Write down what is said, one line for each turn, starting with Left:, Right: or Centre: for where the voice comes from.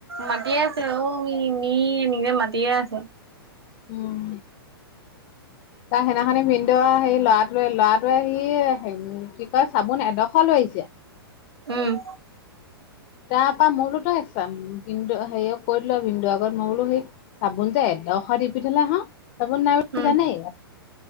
Right: মাতিয়ে আছে অ' মি মি। মি এনেকে মাতিয়ে আছে।
Left: উম। বা হেইদিনাখনে বিন দে সেই ল'ৰাটোৱে ল'ৰাটোৱে সি কি কয় চাবোন এডোখৰ লৈ আহিছে।
Right: উম।
Left: তাৰপা মই বোলো তই ভিনদেউ হেৰিক কৈ দিলো আৰু ভিনদৌউৰ আগত মই বোলো সেই চাবোন যে এডশ দি পিঠাললে হা চাবোন নাই বুলি
Right: উম
Left: জানেই